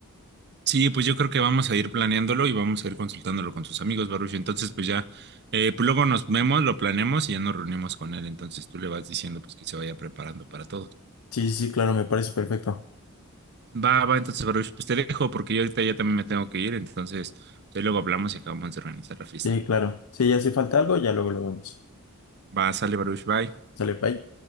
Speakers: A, on the right; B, on the left.
A: Sí, pues yo creo que vamos a ir planeándolo y vamos a ir consultándolo con sus amigos, Baruch. Entonces, pues ya, eh, pues luego nos vemos, lo planeamos y ya nos reunimos con él. Entonces tú le vas diciendo pues que se vaya preparando para todo.
B: Sí, sí, sí, claro, me parece perfecto.
A: Va, va, entonces, Baruch, pues te dejo porque yo ahorita ya también me tengo que ir. Entonces, pues, ahí luego hablamos y acabamos de organizar la fiesta.
B: Sí, claro. Si ya si falta algo, ya luego lo vemos.
A: Va, sale, Baruch, bye.
B: Sale, bye.